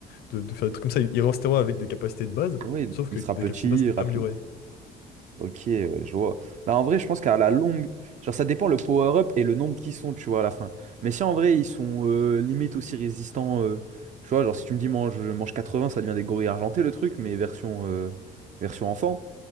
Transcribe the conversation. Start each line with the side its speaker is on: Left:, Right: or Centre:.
Left: de, de faire des trucs comme ça. Il il restera avec des capacités de base,
Right: Oui,
Left: sauf que
Right: il
Left: des
Right: sera petit,
Left: capacités de base
Right: rapide.
Left: améliorées.
Right: Ok, ouais, je vois. Bah, en vrai, je pense qu'à la longue, genre ça dépend le power-up et le nombre qu'ils sont, tu vois, à la fin. Mais si en vrai, ils sont euh, limite aussi résistants, euh, tu vois, genre si tu me dis mange, mange 80, ça devient des gorilles argentés le truc, mais version, euh, version enfant,